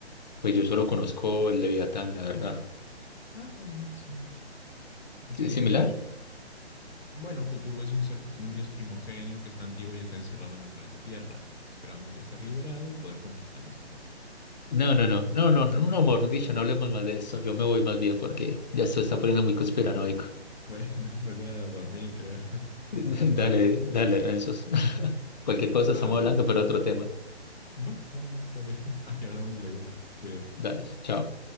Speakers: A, on the left; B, on the left.
A: pues yo solo conozco
B: Sí.
A: el Leviatán, la verdad.
B: Ah, también, sí.
A: ¿Sí-
B: Sí,
A: ¿Similar?
B: de hecho. Bueno, Cthulhu es un ser, un dios primogenio que está antiguo y está encerrado en el planeta Tierra, esperando un día ser liberado y poder conquistarnos a todos.
A: No, no, no, no, no, no, no, amor, dicho, no hablemos más de eso. Yo me voy más bien porque ya esto está poniendo muy conspiranoico.
B: Bueno, <laughs> vuelve a dormir, creo. <laughs>
A: <laughs>
B: Intenta
A: Dale,
B: flera dormir.
A: dale, Renzos. <laughs> Cualquier cosa
B: Va,
A: estamos hablando,
B: va,
A: pero otro tema.
B: va, va, está bien. <laughs> Ahí hablamos luego, va. Cuídate.
A: Dale, chao.